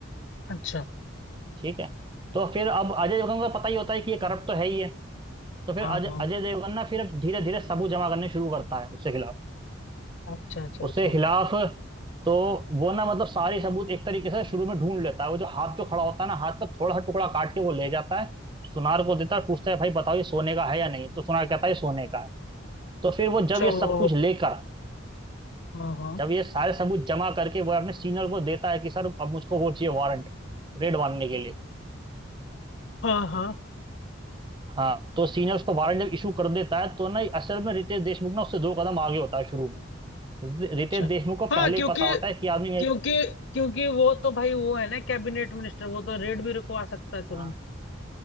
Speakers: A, on the left; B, on the right.
A: अच्छा
B: ठीक है तो फिर अब अजय देवगन को पता ही होता है कि ये करप्ट तो है ही है तो फिर
A: हाँ
B: अजय
A: हाँ
B: अजय देवगन ना फिर धीरे धीरे सबूत जमा करने शुरू करता है उसके खिलाफ
A: अच्छा अच्छा
B: उसके
A: अच्छा
B: खिलाफ तो वो ना मतलब सारे सबूत एक तरीके से शुरू में ढूंढ लेता है वो जो हाथ जो खड़ा होता है ना हाथ का थोड़ा सा टुकड़ा काट के वो ले जाता है सुनार को देता है पूछता है भाई बताओ ये सोने का है या नहीं तो सुनार कहता है "ये सोने का है तो फिर वो
A: अच्छा
B: जब ये
A: वो
B: सब कुछ लेकर
A: हाँ हाँ
B: जब ये सारे सबूत जमा करके वो अपने सीनियर को देता है कि सर अब मुझको वो चाहिए वारंट रेड मारने के लिए
A: हाँ हाँ
B: हाँ तो सीनियर उसको वारंट जब इशू कर देता है तो ना असल में रितेश देशमुख ना उससे दो कदम आगे होता है शुरू में रितेश
A: अच्छा
B: देशमुख को
A: हाँ
B: पहले
A: क्योंकि
B: ही पता होता है कि आदमी
A: क्योंकि क्योंकि वो तो भाई वो है ना कैबिनेट मिनिस्टर वो तो रेड भी रुकवा सकता है तुरंत
B: हाँ